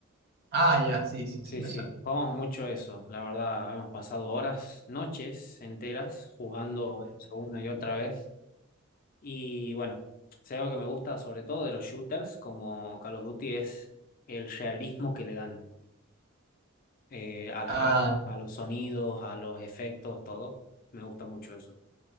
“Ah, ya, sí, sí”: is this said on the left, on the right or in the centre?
Right